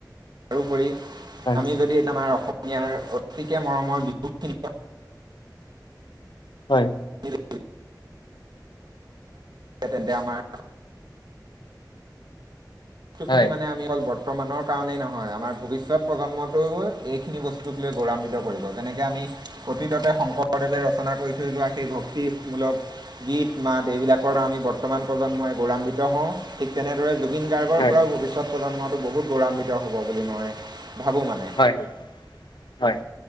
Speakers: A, on the right (about 65°); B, on the left (about 85°).
A: তাৰোপৰি
B: হয়
A: আমি যদি ত আমাৰ অসমীয়াৰ অতিকে মৰমৰ বিহুখিনি
B: হয়
A: যদি তেন্তে আমাৰ সেই খিনি
B: হয় হয়
A: মানে আমি অ ব বৰ্তমানৰ কাৰণেই নহয় আমাৰ ভৱিষ্যত প্ৰজন্মটোও এইখিনি বস্তুক লৈ গৌৰান্বিত কৰিব যেনেকৈ আমি অতীততে শংকৰদেৱে ৰচনা কৰি থৈ লোৱা সেই ভক্তিমূলক গীত মাত এইবিলাকৰ আমি বৰ্তমান প্ৰজন্মই গৌৰাান্বিত হওঁ, ঠিক তেনেদৰে জুবিন
B: হয়
A: পৰা ভৱিষ্যত প্ৰজন্মটো বহুত গৌৰৱান্বিত হ'ব বুলি মই ভাবোঁ মানে
B: হয়, হয়, হয়